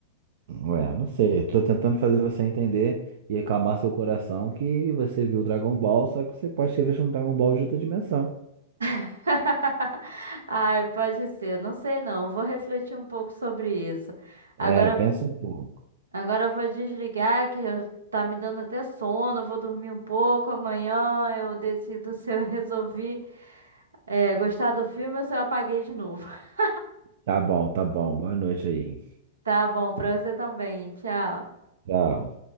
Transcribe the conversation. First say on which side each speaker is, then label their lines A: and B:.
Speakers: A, on the right; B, on the right.
A: Ué, não sei. Eu tô tentando fazer você entender e acalmar seu coração que você viu Dragon Ball, só que você pode ter visto um Dragon Ball de outra dimensão.
B: <laughs> Ai, pode ser. Não sei não. Vou refletir um pouco sobre isso. Agora,
A: É, pensa um pouco.
B: agora eu vou desligar que eu- tá me dando até sono. Vou dormir um pouco. Amanhã eu decido <laughs> se eu resolvi é, gostar do filme ou se eu apaguei de novo. <laughs>
A: Tá bom, tá bom. Boa noite aí.
B: Tá bom, pra você também. Tchau.
A: Tchau.